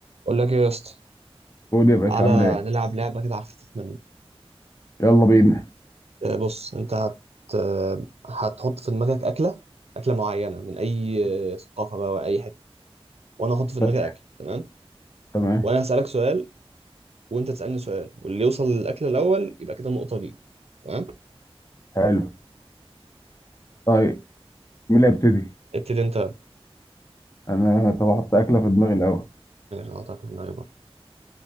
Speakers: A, on the right; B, on the left.
A: اقول لك ايه يا اسطى
B: قول يا باشا
A: تعالى
B: عامل ايه
A: نلعب لعبه كده على الخفيف منه
B: يلا بينا
A: آه، بص انت هت آه، هتحط في دماغك اكله اكله معينه من اي آه، ثقافه بقى واي حته وانا احط في دماغي
B: ت-
A: اكل تمام
B: تمام
A: وانا هسالك سؤال وانت تسالني سؤال واللي يوصل للاكل الاول يبقى كده النقطه ليه تمام
B: حلو طيب مين اللي هيبتدي
A: ابتدي انت
B: انا طب احط اكله في دماغي الاول
A: ماشي انا هحطك في دماغي برضه